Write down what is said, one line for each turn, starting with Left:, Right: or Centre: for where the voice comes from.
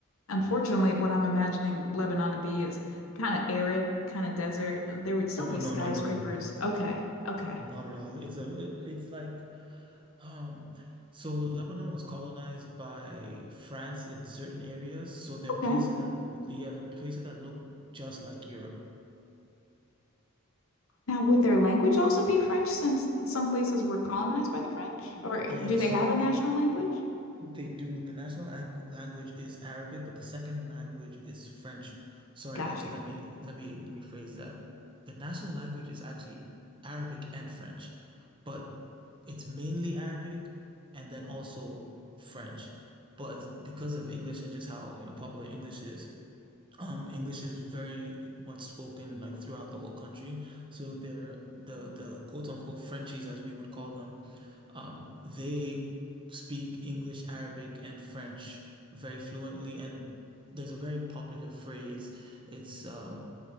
Left: Unfortunately, what I'm imagining Lebanon to be is kind of arid, kind of desert. There would still
Right: Oh
Left: be
Right: no,
Left: skyscrapers.
Right: not at all.
Left: Okay, okay,
Right: Not at all. It's a it- it's like um so Lebanon was colonized by France in certain areas. So there
Left: okay.
Right: are places that yeah, places that look just like Europe.
Left: Now, would their language also be French since some places were colonized by the French?
Right: Y-
Left: Or
Right: Yeah,
Left: do they
Right: so
Left: have a national language?
Right: They do. The national lang language is Arabic, but the second language is French. Sorry,
Left: Gotcha.
Right: actually, let me let me rephrase that. The national language is actually Arabic and French, but it's mainly Arabic and then also French. But because of English and just how, you know, popular English is, um, English is very much spoken like throughout the whole country. So they're the the quote unquote Frenchies, as we would call them. Um, they speak English, Arabic, and French very fluently. And there's a very popular phrase. It's um,